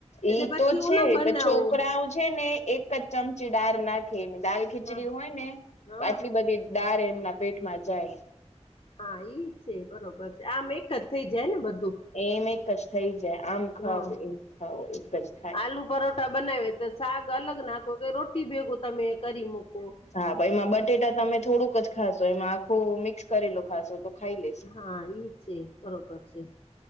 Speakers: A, on the left; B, on the left.
A: એટલે
B: ઈ
A: પછી
B: તો છે
A: હું ના બનાવું
B: પણ છોકરાઓ છે ને એક જ ચમચી દાળ નાખી દાલ ખીચડી
A: હા
B: હોય ને
A: હા
B: આટલી બધી દાર એમના પેટમાં જાય.
A: હા ઈજ છે બરોબર છે આમ એક જ થઇ જાય ને બધું.
B: એમ એક જ થઈ જાય આમ ખાવ
A: હા
B: કે તેમ ખાવ એક જ થાય
A: આલુ પરોઠા બનાવે તો શાક અલગ નાખો કે રોટી ભેગું તમે કરી મૂકો
B: હા પહિ એમાં બટેટા તમે થોડુંક જ ખાશો એમાં આખું મિક્સ કરેલુ ખાશો તો ખાઈ લેશે.
A: હા ઈજ છે બરોબર છે.